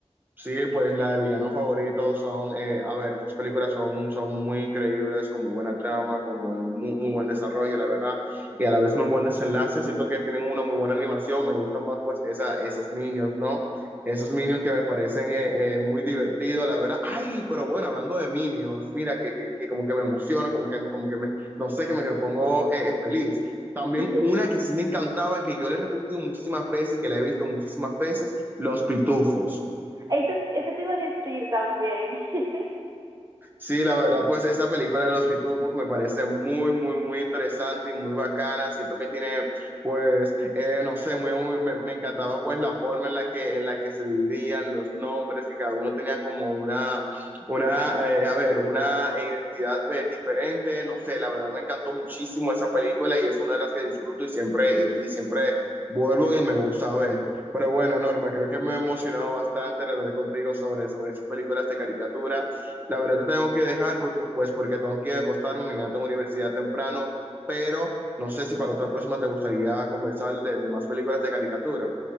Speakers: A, on the right; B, on the right.
A: Sí, pues la de villano favorito son, eh, a ver, sus películas son, son muy increíbles, con muy buena trama, con buen- muy, muy buen desarrollo, la verdad, y a la vez muy buen desenlace. Siento que tienen una muy buena animación, me gustan más pues esa, esos minions ¿no? Esos minions que me parecen eh, eh, muy divertidos, la verdad. Ay, pero bueno, hablando de minions mira, que, que, que como que me emociona, como que, como que me, no sé, que me, que me pongo eh, eh, feliz. También
B: <laughs>
A: una que sí me encantaba, que yo le he repetido muchísimas veces y que la he visto muchísimas veces, Los Pitufos.
B: Eso, eso te iba a decir también. <laughs>
A: Sí, la verdad, pues esta película de los Pitufos me parece muy, muy, muy interesante y muy bacana. Siento que tiene, pues, eh, no sé, muy, muy- me, me encantaba pues la forma en la que, en la que se dividían los nombres, que cada uno tenía como una, una, eh, a ver, una identidad eh, diferente. No sé, la verdad me encantó muchísimo esa película y es una de las que disfruto y siempre, y, y siempre vuelvo y me gusta ver. Pero bueno, Norma, creo que me he emocionado bastante al hablar contigo sobre, sobre esas películas de caricatura. La verdad te tengo que dejar, por- pues porque tengo que ir a acostarme, mañana tengo universidad temprano, pero no sé si para otra próxima te gustaría conversar de, de más películas de caricatura.